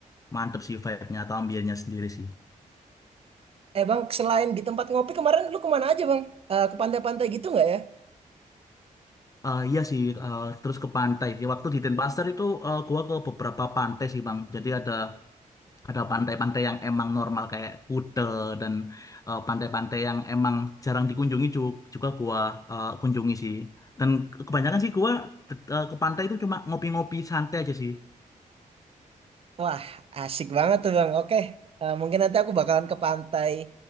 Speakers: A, on the left; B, on the right.
A: mantep sih vibe-nya atau ambiennya sendiri sih.
B: Eh Bang, selain di tempat ngopi kemarin lu kemana aja Bang? Eh, ke pantai-pantai gitu nggak ya?
A: Eh, iya sih, eh, terus ke pantai sih. Waktu di Denpasar itu eh, gua ke beberapa pantai sih Bang. Jadi ada Ada pantai-pantai yang emang normal kayak Kute dan eh, pantai-pantai yang emang jarang dikunjungi ju- juga gua eh, kunjungi sih. Dan kebanyakan sih gua de- eh, ke pantai itu cuma ngopi-ngopi santai aja sih.
B: Wah, asik banget tuh Bang. Oke, eh, mungkin nanti aku bakalan ke pantai.